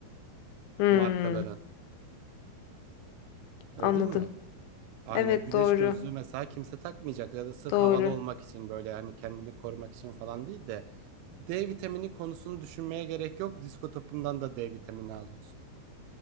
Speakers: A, on the left; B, on the right.
A: Hmm,
B: markaların. Öyle
A: anladım.
B: değil mi? Aynen
A: Evet
B: güneş
A: doğru,
B: gözlüğü mesela kimse takmayacak ya da sırf
A: doğru.
B: havalı olmak için böyle hani kendini korumak için falan değil de D vitamini konusunu düşünmeye gerek yok. Disko topundan da D vitamini alıyorsun.